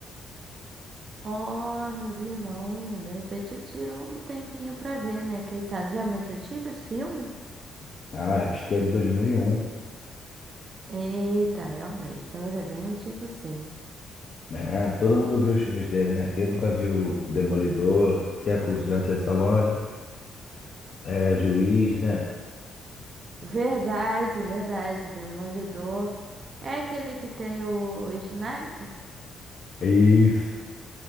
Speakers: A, on the right; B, on the left.
A: Ó, não vi não. De repente eu tiro um tempinho pra ver, né? Quem sabe já é muito antigo esse filme?
B: Ah, eu acho que é de dois mil e um
A: Eita, realmente. Então ele é bem antigo, sim.
B: né? Todo mundo viu os filmes dele, né? Quem nunca viu Demolidor, que é com o Sylvester Stallone, é Juiz, né?
A: Verdade, verdade. Demolidor. É aquele que tem o Snipes?
B: É Isso.